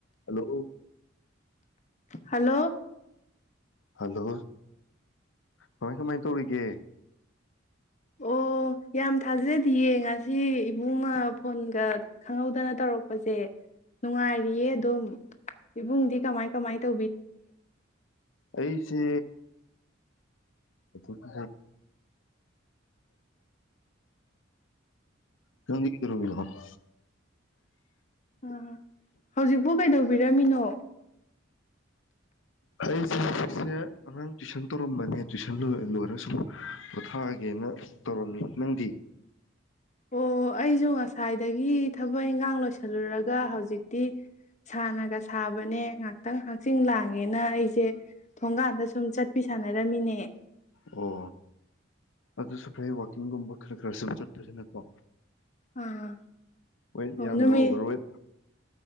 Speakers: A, on the left (about 70°); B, on the left (about 35°).
A: Hello
B: hello
A: hello ꯀꯃꯥꯏ ꯀꯃꯥꯏꯅ ꯇꯧꯔꯤꯒꯦ
B: ꯑꯣ ꯌꯥꯝ ꯊꯥꯖꯗꯤꯌꯦ ꯉꯁꯤ ꯏꯕꯨꯡꯅ ꯐꯣꯟꯒ ꯈꯪꯍꯧꯗꯅ ꯇꯧꯔꯛꯄꯁꯦ ꯅꯨꯡꯉꯥꯏꯔꯤꯌꯦ ꯑꯗꯣꯝ ꯏꯕꯨꯡꯗꯤ ꯀꯃꯥꯏ ꯀꯦ
A: ꯑꯩꯁꯦ ꯀ <unintelligible> ꯅꯪꯗꯤ ꯀꯩꯗꯔꯝꯃꯤꯅꯣ ꯋꯥ ꯇ
B: ꯑ ꯍꯧꯖꯤꯛꯄꯥꯎ ꯀꯩꯗꯧ ꯕꯤꯔꯃꯤꯅꯣ
A: ꯑꯩꯁꯦ ꯍꯧꯖꯤꯛꯁꯦ ꯑꯉꯥꯡ ꯇꯨꯏꯁꯟ ꯇꯧꯔꯝꯕꯅꯦ ꯇꯨꯏꯁꯟ ꯂꯣꯏꯔꯁꯨꯨꯝ ꯄꯣꯊꯥꯑꯒꯦꯅ ꯇꯧꯔꯝꯃꯤ ꯅꯪꯗꯤ
B: ꯑꯣ ꯑꯩꯁꯨ ꯉꯁ ꯁꯥꯏꯗꯒꯤ ꯊ ꯊꯕꯛ ꯏꯟꯈꯥꯡ ꯂꯣꯏꯁꯤꯜꯂꯨꯔꯒ ꯍꯧꯖꯤꯛꯇꯤ ꯁꯥꯟꯅꯒ ꯁꯥꯕꯅꯦ ꯉꯍꯥꯛꯇꯪ ꯍꯛꯆꯤꯡ ꯂꯥꯡꯉꯦꯅ ꯑꯩꯁꯦ ꯊꯣꯡꯒꯥꯟꯗ ꯁꯨꯝ ꯆꯠꯄꯤ ꯁꯥꯟꯅꯔꯝꯃꯤꯅꯦ꯫
A: ꯑꯣ ꯑꯗꯨꯁꯨ ꯐꯩ ꯋꯥꯀꯤꯡꯒꯨꯝꯕ ꯈꯔ - ꯈꯔ ꯁ ꯆꯠꯄꯁꯤꯅꯀꯣ꯫
B: ꯑꯥ
A: ꯋꯦꯠ
B: ꯍ
A: ꯌꯥꯝꯅ
B: ꯅꯨꯃꯤꯠ
A: ꯑꯣꯚꯔꯋꯦꯠ